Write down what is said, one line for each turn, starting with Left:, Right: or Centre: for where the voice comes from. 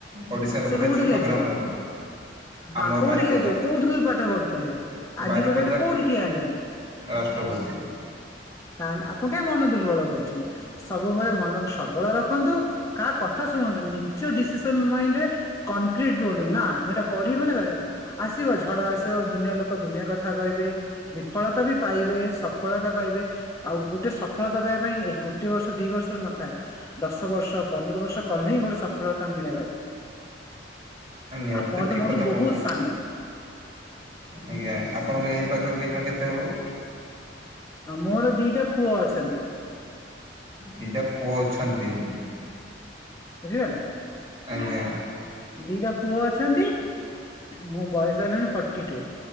Right: ଓଡିଶାର
Left: ସେ
Right: ଗୋଟେ
Left: କୋଉଠିକି
Right: ଛୋଟ
Left: ଆଜିବ
Right: ଗ୍ରାମର ଆମ
Left: ହଁ କୋଉଠିକି
Right: ବାରିପଦା
Left: ଆସିବ କୋଉଠି ତୁ ପାଠ ପଢିଥିଲେ? ଆଜି
Right: ବାରିପଦା
Left: ଗୋଟେ କୋଉଠି ଠିଆ ହେଲେ?
Right: ରାଷ୍ଟ୍ରପତି
Left: ତାହେଲେ ଆପଣ କାହିଁ ମନ ଦୁର୍ବଳ କରୁଛନ୍ତି। ସବୁବେଳେ ମନକୁ ସବଳ ରଖନ୍ତୁ। କାହା କଥା ଶୁଣନ୍ତୁନି। ନିଜ ଡିସିସନ ମାଇଣ୍ଡରେ କଣକ୍ରିଟ ରୁହନ୍ତୁ। ନା ମୁଁ ଏଇଟା କରିବି ମାନେ କରି ଆସିବ ଝଡ ଆସିବ ଦୁନିଆ ଲୋକ ଦୁନିଆ କଥା କହିବେ। ବିଫଳତା ବି ପାଇବେ। ସଫଳ ସଫଳତା ପାଇବେ ଆଉ ଗୋଟେ ସଫଳତା ପାଇବା ପାଇଁ ଗୋଟେ ବର୍ଷ ଦି ବର୍ଷ ନଥାଏ । ଦଶ ବର୍ଷ ପନ୍ଦର ବର୍ଷ କଲେ ହିଁ ଗୋଟେ ସଫଳତା ମିଳେ ଭାଇ।
Right: ନିହାତି
Left: ଆପଣ
Right: ତ ଠିକ
Left: ମୋଠୁ
Right: କଥା କହୁଛ
Left: ବହୁତ ସାନ।
Right: ଆଜ୍ଞା ଆପଣଙ୍କ ଏଜ୍ ପାଖା ପାଖି ଏଇନେ କେତେ ହବ?
Left: ଆଉ ମୋର ଦିଟା ପୁଅ ଅଛନ୍ତି।
Right: ଦିଟା ପୁଅ ଅଛନ୍ତି।
Left: ବୁଝିପାରିଲେ।
Right: ଆଜ୍ଞା।
Left: ଦିଟା ପୁଅ ଅଛନ୍ତି। ମୁଁ ବୟସ ହେଲାଣି ଫର୍ଟି ଟୁ।